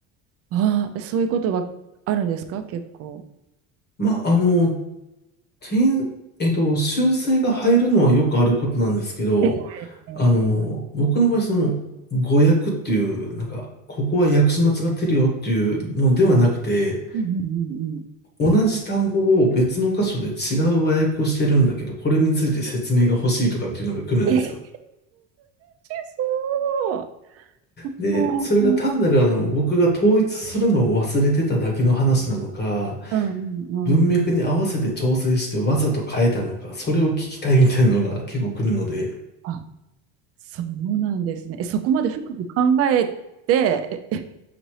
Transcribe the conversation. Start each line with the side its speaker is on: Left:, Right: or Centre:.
Right: ああ、そういうことはあるんですか結構。
Left: まあ、あの、点、えっと、修正が入るのはよくあることなんですけど、
Right: ええうん
Left: あの、僕の場合、その、誤訳っていう、なんか、ここは訳し間違ってるよっていうのではなくて、
Right: うんうんうん
Left: 同じ単語を別の箇所で違う和訳をしてるんだけど、これについて説明が欲しいとかっていうのが来るんですよ。
Right: えー、難しそ
Left: で、
Right: う。うん、
Left: それが単なるあの、僕が統一するのを忘れてただけの話なのか、
Right: うん、うん。
Left: 文脈に合わせて調整してわざと変えたのか、それを聞きたいみたいなのが結構来るので、
Right: あ、そうなんですね。え、そこまで深く考えて、ええ